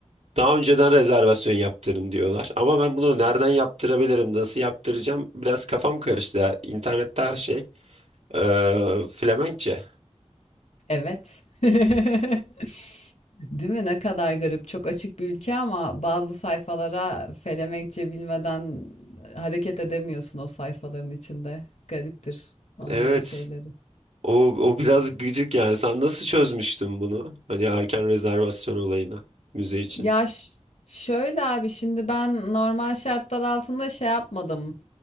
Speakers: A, on the right (about 75°); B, on the left (about 80°).
A: Daha
B: Hı hı.
A: önceden rezervasyon yaptırın diyorlar. Ama ben bunu nereden
B: Hı hı.
A: yaptırabilirim, nasıl yaptıracağım? Biraz kafam karıştı. ya. İnternette her şey eee Flemenkçe.
B: Evet. <laughs> Değil mi? Ne kadar garip. Çok açık bir ülke ama bazı sayfalara Felemenkçe bilmeden hareket edemiyorsun o sayfaların içinde. Gariptir onların
A: Evet.
B: şeyleri.
A: O, o biraz gıcık yani. Sen nasıl çözmüştün bunu? Hani erken rezervasyon olayını müze için.
B: Ya ş- şöyle abi şimdi ben normal şartlar altında şey yapmadım.